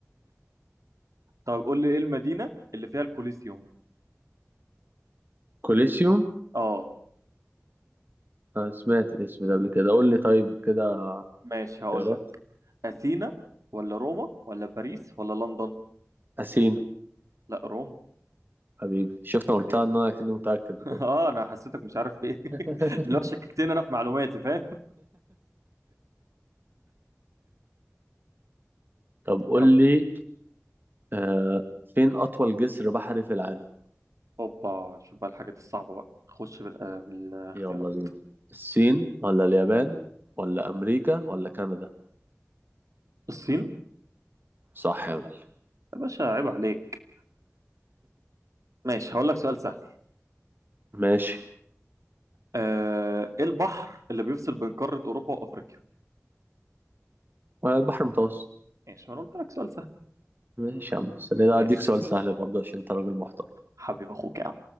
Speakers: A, on the right (about 80°); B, on the right (about 40°).
A: طب قول لي ايه المدينة اللي فيها الكوليسيوم
B: كوليسيوم
A: اه
B: انا سمعت الاسم ده قبل كده قول لي طيب كده
A: ماشي
B: اختيارات
A: هقول لك اثينا ولا روما ولا باريس ولا لندن
B: اثينا
A: لا روما
B: حبيبي شفت
A: حبيبي
B: انا قلتها ان انا كنت متاكد
A: <laughs>
B: وكده
A: اه انا حسيتك مش عارف في ايه
B: <laughs>
A: <laughs> اللي هو شككتني انا في معلوماتي فاهم
B: طب قول
A: <laughs> يلا
B: لي آه فين اطول جسر بحري في العالم
A: اوبا شوف بقى الحاجات الصعبة بقى خش بال... آه، بالاختيارات
B: يلا بينا الصين ولا اليابان ولا امريكا ولا كندا
A: الصين
B: صح يا معلم
A: يا باشا عيب عليك ماشي هقول لك سؤال سهل
B: ماشي
A: آه، ايه البحر اللي بيفصل بين قارة اوروبا وافريقيا
B: آه، البحر المتوسط
A: ماشي ما انا قلت لك سؤال سهل
B: ماشي يا عم بس أنا ده
A: ماشي
B: اديك سؤال سهل برضه عشان انت راجل محترم
A: حبيب اخوك يا عم